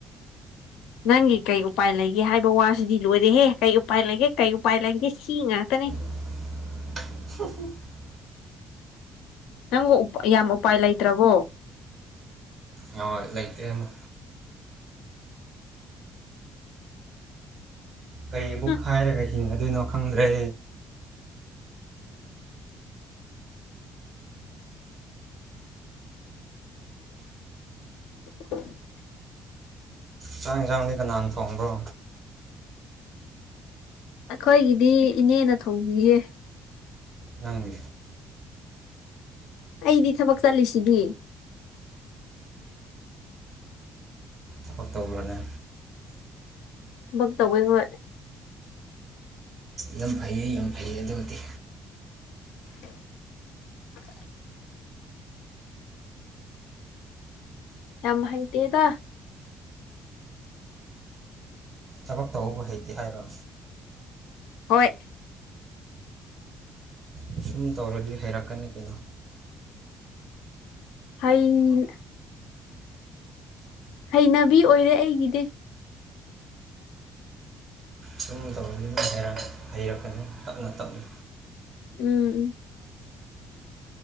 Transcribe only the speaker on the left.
ꯅꯪꯒꯤ ꯀꯩ ꯎꯄꯥꯏ ꯂꯩꯒꯦ ꯍꯥꯏꯕ ꯋꯥꯁꯤꯗꯤ ꯂꯣꯏꯔꯦꯍꯦ ꯀꯩ ꯎꯄꯥꯏ ꯂꯩꯒꯦ ꯀꯩ ꯎꯄꯥꯏ ꯂꯩꯒꯦ ꯁꯤ ꯉꯥꯛꯇꯅꯤ
ꯅꯪꯕꯨ ꯎꯞ ꯌꯥꯝ ꯎꯄꯥꯏ ꯂꯩꯇ꯭ꯔꯕꯣ
ꯍꯨꯝ
<inaudible>
ꯑꯩꯈꯣꯏꯒꯤꯗꯤ ꯏꯅꯦꯅ ꯊꯣꯡꯕꯤꯌꯦꯦ
ꯑꯩꯗꯤ ꯊꯕꯛ ꯆꯠꯂꯤꯁꯤꯗꯤ
ꯊꯕꯛ ꯇꯧꯧꯕꯦ ꯍꯣꯏ
<inaudible> ꯌꯥꯝ ꯍꯩꯇꯦꯗ
ꯍꯣꯏ
ꯑꯩ ꯍꯩꯅꯕꯤ ꯑꯣꯏꯔꯦ ꯑꯩꯒꯤꯗꯤ
ꯎꯝ ꯎꯝ